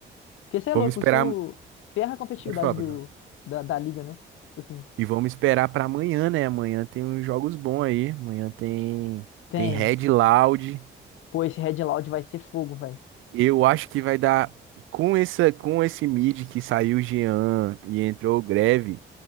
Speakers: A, on the left; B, on the right.
A: Porque você é
B: Vamos
A: louco,
B: esperar.
A: isso ferra a competitividade
B: Pode falar,
A: do,
B: pode falar.
A: da, da liga, né? Tipo assim,
B: E vamos esperar pra amanhã, né? Amanhã tem uns jogos bons aí. Amanhã tem.
A: tem.
B: Tem Red Loud.
A: Pô, esse Red Loud vai ser fogo, velho.
B: Eu acho que vai dar com essa com esse mid que saiu o Jean e entrou o Greve